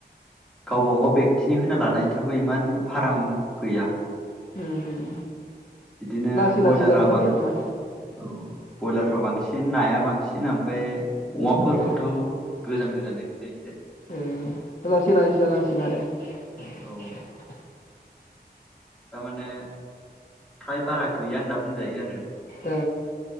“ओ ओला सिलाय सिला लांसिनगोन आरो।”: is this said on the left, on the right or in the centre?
Left